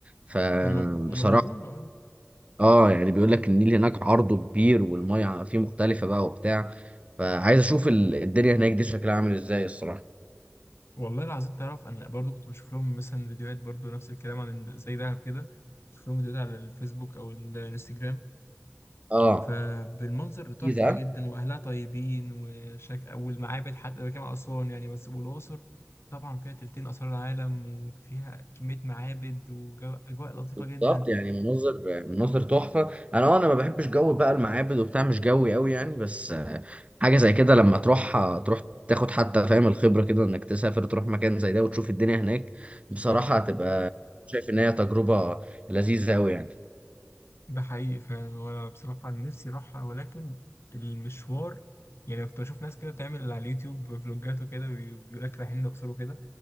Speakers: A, on the right (about 30°); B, on the left (about 85°).
A: فبصراحه
B: هم هم بيقولوا اه
A: اه يعني بيقول لك النيل هناك عرضه كبير والميه فيه مختلفه بقى وبتاع فعايز اشوف ال- الدنيا هناك دي شكلها عامل ازاي الصراحه
B: والله العظيم تعرف أنا برضو كنت بشوف لهم مثلا فيديوهات برضو نفس الكلام عن زي دهب كده بشوف لهم فيديوهات على الفيسبوك أو الانستجرام
A: اه
B: فبالمنظر تحفة
A: جيزة
B: جدا وأهلها طيبين وشك... والمعابد حتى بجمع أسوان يعني بس والأقصر طبعا فيها تلتين آثار العالم وفيها كمية معابد وأجواء لطيفة
A: بالظبط
B: جدا
A: يعني مناظر مناظر تحفة انا اه انا ما بحبش جو بقى المعابد وبتاع مش جوي قوي يعني بس آه، حاجة زي كده لما تروح آه، تروح تاخد حتى فاهم الخبرة كده انك تسافر تروح مكان زي ده وتشوف الدنيا هناك بصراحة
B: اه اه
A: هتبقى شايف ان هي تجربة لذيذة قوي يعني
B: ده حقيقي فعلا وأنا بصراحة عن نفسي أروحها ولكن المشوار يعني كنت بشوف ناس كده بتعمل على اليوتيوب فلوجات وكده بي- بيقول لك رايحين الأقصر وكده